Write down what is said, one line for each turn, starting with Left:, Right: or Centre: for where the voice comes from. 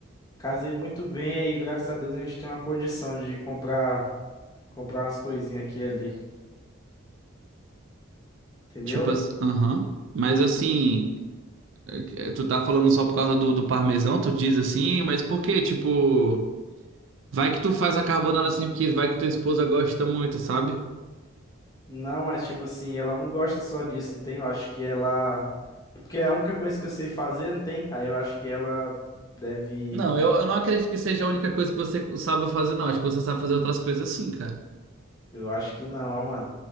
Left: casei muito bem e graças a Deus a gente tem uma condição de comprar, comprar umas coisinhas aqui e ali, entendeu?
Right: Tipo assim, aham. Mas assim. É, Tu tá falando só por causa do, do parmesão, tu diz assim, mas por quê? Tipo, vai que tu faz a carbonara assim, porque vai que tua esposa gosta muito, sabe?
Left: Não, mas tipo assim, ela não gosta só disso, não tem? Eu acho que ela. É Porque é a única coisa que eu sei fazer, não tem? Aí eu acho que ela deve.
Right: Não, eu, eu não acredito que seja a única coisa que você sabe fazer, não. Acho que você sabe fazer outras coisas assim, cara.
Left: Eu acho que não, ó, mano.